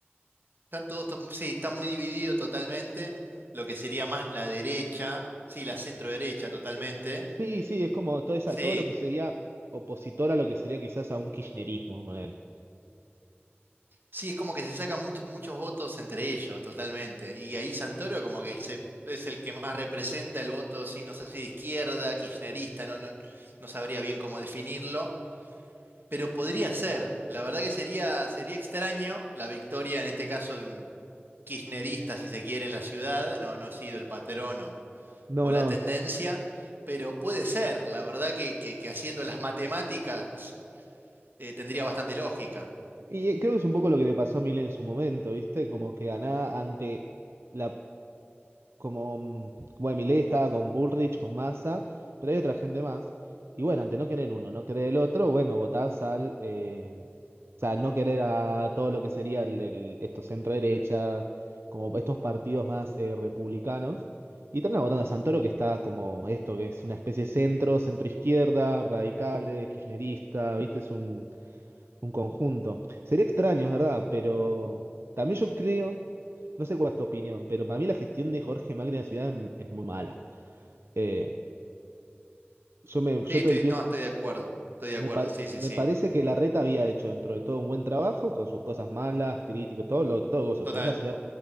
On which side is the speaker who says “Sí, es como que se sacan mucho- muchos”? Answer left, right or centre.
Right